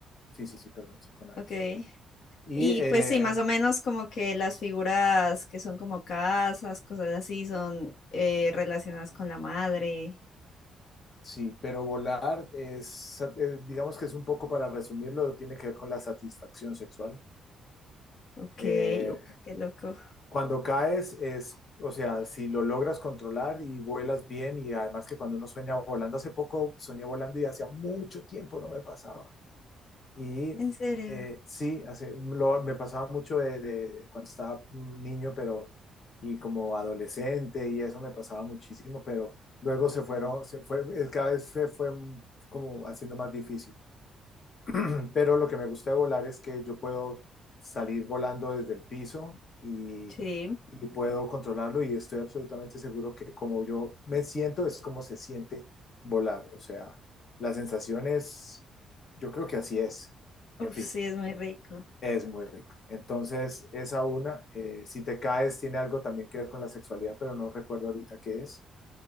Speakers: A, on the left; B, on the left.
A: Sí, sí, sí, perdón, psicoanálisis.
B: ok.
A: Y
B: Y
A: eh,
B: pues sí, más o menos como que las figuras que son como casas, cosas así, son eh, relacionadas con la madre.
A: sí, pero volar es, eh, digamos que es un poco para resumirlo, tiene que ver con la satisfacción sexual.
B: Ok,
A: Eh,
B: uf, qué loco.
A: cuando caes es, o sea, si lo logras controlar y vuelas bien y además que cuando uno sueña volando, hace poco soñé volando y hacía mucho tiempo no me pasaba. Y
B: ¿En serio?
A: eh, sí, hace, lo- me pasaba mucho de, de cuando estaba niño, pero y como adolescente y eso me pasaba muchísimo, pero luego se fueron, se fue, es, cada vez se fue como haciendo más difícil. <clears throat> Pero lo que me gusta de volar es que yo puedo salir volando desde el piso y,
B: Sí,
A: y puedo controlarlo y estoy absolutamente seguro que como yo me siento es como se siente volar. O sea, la sensación es, yo creo que así es.
B: uf,
A: En fin.
B: sí, es muy rico.
A: Es muy rico. Entonces, esa una, eh, si te caes, tiene algo también que ver con la sexualidad, pero no recuerdo ahorita qué es.